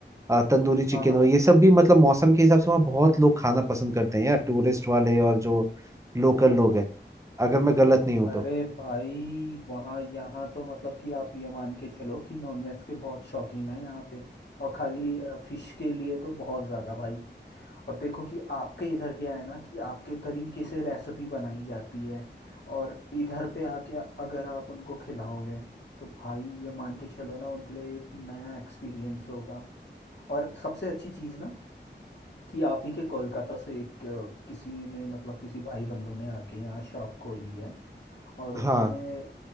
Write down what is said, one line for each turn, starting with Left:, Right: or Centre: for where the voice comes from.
Right: अ, तंदूरी चिकन
Left: हाँ हाँ
Right: हो ये सब भी मतलब मौसम के हिसाब से वहाँ बहुत लोग खाना पसंद करते हैं यार टूरिस्ट वाले और जो लोकल लोग हैं अगर मैं गलत नहीं हूँ
Left: अरे
Right: तो
Left: भाई वहाँ यहाँ तो मतलब कि आप ये मान के चलो कि नॉनवेज के बहुत शौकीन है यहाँ पे और खाली फिश के लिए तो बहुत ज़्यादा भाई और देखो कि आपके इधर क्या है ना कि आपके तरीके से रेसिपी बनाई जाती है और इधर पे आके अगर आप उनको खिलाओगे तो भाई ये मान के चलो ना उनके लिए एक नया एक्सपीरियंस होगा और सबसे अच्छी चीज़ ना कि आप ही के कोलकाता से एक अ, किसी ने मतलब किसी भाई बंधु ने आके यहाँ शॉप खोली है और उन्होंने
Right: हाँ
Left: अ,